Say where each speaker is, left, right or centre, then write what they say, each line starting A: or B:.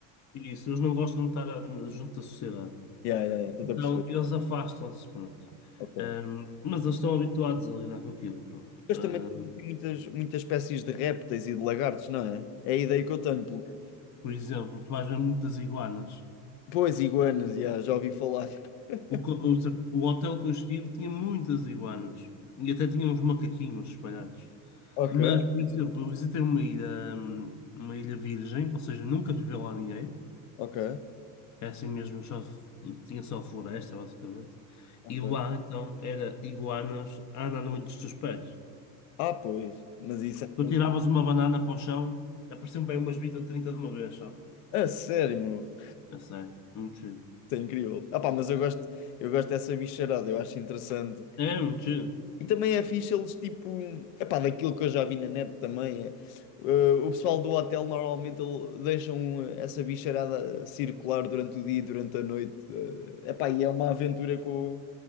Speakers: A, on the left; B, on the left.
A: Isso, eles não gostam de estar a- junto da sociedade.
B: Yeah, yeah, yeah, estou
A: Então,
B: a perceber.
A: eles afastam-se, pronto.
B: Ok.
A: Ahm, mas eles estão habituados a lidar com aquilo, pronto.
B: Mas
A: Ahm,
B: também existem muitas, muitas espécies de répteis e de lagartos, não é? É a ideia que eu tenho, pelo menos.
A: por exemplo, tu vais ver muitas iguanas.
B: Pois, iguanas, yeah, já ouvi falar. <laughs>
A: O, co- o, o hotel que eu estive tinha muitas iguanas e até tinha uns macaquinhos espalhados.
B: Ok,
A: Mas, por exemplo, eu visitei uma ilha, hum, uma ilha virgem, ou seja, nunca viveu lá ninguém.
B: ok.
A: É assim mesmo, só, tinha só floresta, basicamente.
B: Ok.
A: E lá, então, era iguanas a andar no meio dos teus pés.
B: Ah, pois. Mas isso é
A: Tu
B: mesmo.
A: tiravas uma banana para o chão, apareciam para aí umas 20 ou 30 de uma vez só.
B: A sério, meu.
A: É sério, muito chido.
B: Isso é incrível. Ah, pá, mas eu gosto, eu gosto dessa bicharada, eu acho interessante.
A: É, muito chido.
B: E também é fixe eles, tipo, é pá, daquilo que eu já vi na net também. É, eh, o pessoal do hotel normalmente ele, deixam essa bicharada circular durante o dia e durante a noite. É pá, e é uma aventura com,